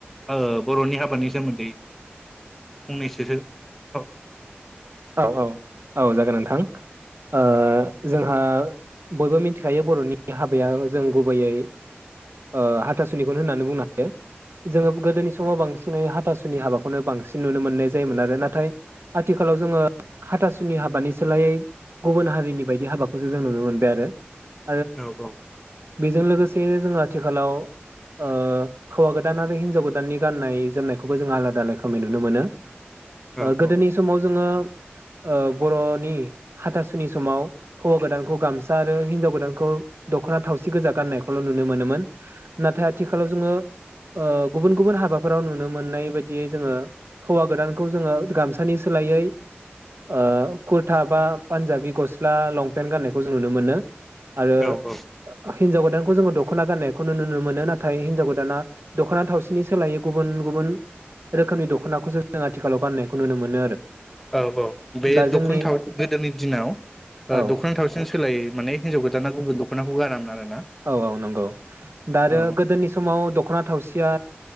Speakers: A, in the centre; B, on the right.
A: ओ बर'नि हाबानि सोमोन्दै फंनैसोसो औ
B: औ औ औ जागोन नोंथां ओ जोंहा बयबो मिथिखायो बर'नि हाबाया जों गुबैयै ओ हाथासुनिखौनो होननानै बुंनो हायो जोङो गोदोनि समाव बांसिन हाथासुनि हाबाखौनो बांसिन नुनो मोननाय जायोमोन आरो ना आथिखालाव जोङो हाथासुनि हाबानि सोलाय गुबुन हारिनि बायदि हाबाखौसो जों नुनो मोनबाय आरो
A: औ औ
B: बेजों लोगोसे जोङो आथिखालाव ओ हौवा गोदान आरो हिन्जाव गोदाननि गाननाय जोमनायखौबो जों आलादा रोखोमै नुनो मोनो
A: औ
B: ओ गोदोनि
A: औ
B: समाव जोङो ओ बर'नि हाथासुनि समाव हौवा गोदानखौ गामसा आरो हिनजाव गोदानखौ दख'ना थावसि गोजा गाननायखौल' नुनो मोनोमोन नाथाय आथिखालाव जोङो ओ गुबुन गुबुन हाबाफोराव नुनो मोननाय बायदियै जोङो हौवा गोदानखौ जोङो गामसानि सोलायै ओ कुरथा बा पान्जाबि गस्ला लंपेन्ट गाननायखौ जों नुनो मोनो आरो
A: औ औ
B: हिनजाव गोदानखौ जोङो दख'ना गाननायखौ नुनो मोनो नाथाय हिन्जाव गोदाना दख'ना थावसिनि सोलायै गुबुन गुबुन रोखोमनि दख'नाखौसो जों आथिखालाव गाननायखौ नुनो मोनो आरो
A: औ औ बे
B: दा
A: दख'ना
B: जोंनि
A: थाव गोदोनि दिनाव ओ
B: औ
A: दख'ना थावसिन सोलायै माने हिनजाव गोदाना गुबुन दख'नाखौ गानामोन आरोना
B: औ औ नंगौ दा आरो
A: औ
B: गोदोनि समाव दख'ना थावसिया